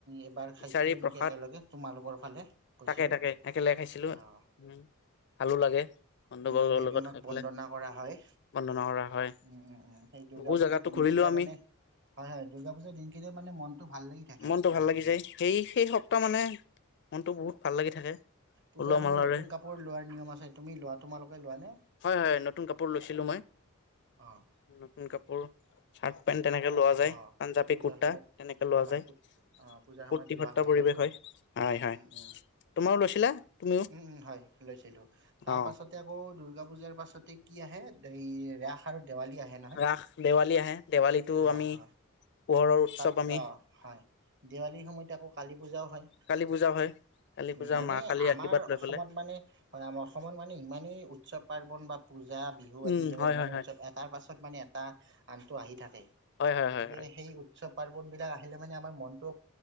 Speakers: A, on the right (about 55°); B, on the left (about 55°).
A: এবাৰ
B: খিচাৰি
A: খাইছিলো নেকি
B: প্ৰসাদ
A: একেলগে তোমালোকৰ ফালে গৈছিলো।
B: তাকে তাকে একেলগে খাইছিলো
A: অ',
B: উম ভালো লাগে। বন্ধু
A: উম',
B: বৰ্গৰ
A: দেৱী
B: লগত
A: মাক
B: খাই পেলাই
A: বন্দনা কৰা হয়
B: বন্দনা কৰা হয়
A: উম -উম -উম সেই দুৰ্গা
B: বহু
A: পূজাৰ
B: জেগাতো
A: দিন
B: ঘূৰিলো
A: কেইটা
B: আমি
A: মানে হয়- হয় দুৰ্গা পূজাৰ দিন কেইটা মানে মন ভাল লাগি থাকে
B: মনটো
A: আৰু পজা
B: ভাল লাগি
A: বুলে
B: যায় সেই সেই সপ্তাহ মানে মনটো বহুত ভাল লাগি থাকে
A: পূজাৰ
B: ওলোৱা
A: সময়ত
B: মালৰে
A: নতুন কাপোৰ লোৱাৰ নিয়ম আছে তুমি লোৱা তোমালোকে লোৱা নে?
B: হয়- হয় নতুন কাপোৰ লৈছিলো মই।
A: অ',
B: নতুন কাপোৰ চাৰ্ট পেণ্ট, তেনেকে লোৱা যায়
A: অ',
B: পাঞ্জাৱী
A: পূজাৰ
B: কুুৰ্তা
A: সময়ত
B: তেনেকে লোৱা
A: হয়,
B: যায়।
A: অ', পূজাৰ
B: ফূৰ্তি
A: সময়ত লোৱা
B: ফত্তা
A: হয়ে
B: পৰিৱেশ
A: আৰু।
B: হয়- হয় -হয়
A: উম, উম,
B: তোমাৰো লৈছিলা? তুমিও
A: উম -উম হয় লৈছিলো তাৰ
B: অ
A: পাছতে আকৌ দুৰ্গা পূজাৰ পাছতে কি আহে? এই ৰাস আৰু দেৱালী আহে নহয়?
B: ৰাস দেৱালী আহে দেৱালীটো
A: অ',
B: আমি
A: অ'।
B: পোহৰৰ উৎসৱ
A: তাত
B: আমি
A: অ', হয়', দেৱালীত সময়ত আকৌ কালি পূজাও হয়,
B: কালী পূজা হয় কালী পূজা
A: মানে
B: মা কালীৰ
A: আমাৰ
B: আশীৰ্বাদ লৈ
A: অসমত
B: পেলাই
A: মানে হয়, আমাৰ অসমত মানে ইমানেই উৎসৱ পাৰৰ্বণ বা পূজা বিহু আদি
B: উম
A: এনেকুৱা
B: হয়
A: ইমানেই
B: হয় হয়
A: উৎসৱ এটাৰ পাছত মানে এটা আনটো আহি থাকে।
B: হয় হয়
A: গতিকে
B: হয় হয়
A: এই উৎসৱ পাৰ্বন বিলাক আহিলে মানে আমাৰ মনটো